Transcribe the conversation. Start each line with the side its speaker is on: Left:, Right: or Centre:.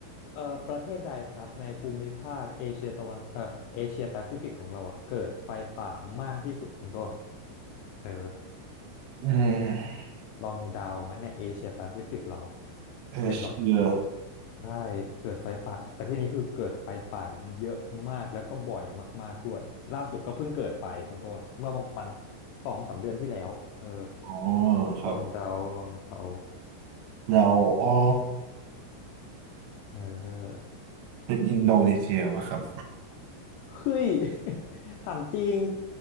Left: เอ่อประเทศใดครับในภูมิภาคเอเชียตะวันเอ่อเอเชียแปซิฟิกของเราอะเกิดไฟป่ามากที่สุดคุณต้นเออ
Right: อืม
Left: ลองเดาไหมในเอเชียแปซิฟิกเรา
Right: เอเชีย
Left: เป็นแบบ ใช่เกิดไฟป่าประเทศนี้คือเกิดไฟป่าเยอะมากแล้วก็บ่อยมากๆด้วยล่าสุดก็เพิ่งเกิดไปคุณต้นเมื่อประมาณสองสามเดือนที่แล้วเออ
Right: อ๋อครับ
Left: ลองเดาลองเดา
Right: เราอ๋อ
Left: เออ
Right: เป็นอินโดนีเซียป่ะครับ
Left: เฮ้ย <laughs> ถามจริง